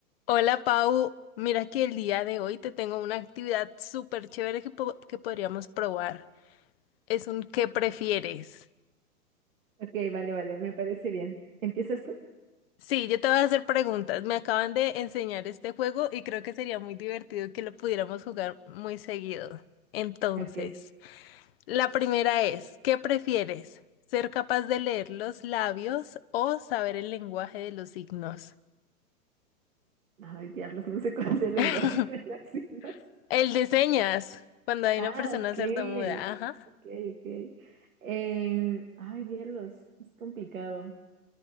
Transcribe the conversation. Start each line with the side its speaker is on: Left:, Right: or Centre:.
Left: Hola Pau, mira que el día de hoy te tengo una actividad súper chévere que, po- que podríamos probar. Es un ¿qué prefieres?
Right: Ok, vale, vale, me parece bien. ¿Empiezas tú?
Left: Sí, yo te voy a hacer preguntas. Me acaban de enseñar este juego y creo que sería muy divertido que lo pudiéramos jugar muy seguido. Entonces,
Right: Ok.
Left: la primera es, ¿qué prefieres? ¿Ser capaz de leer los labios o saber el lenguaje de los signos?
Right: Ay, diablos, no sé cuál es el lenguaje
Left: <laughs>
Right: <laughs> de las signos.
Left: El de señas, cuando hay
Right: Ah,
Left: una persona
Right: ok,
Left: sordomuda. Ajá,
Right: ok, ok. En- Ay, diablos, es complicado.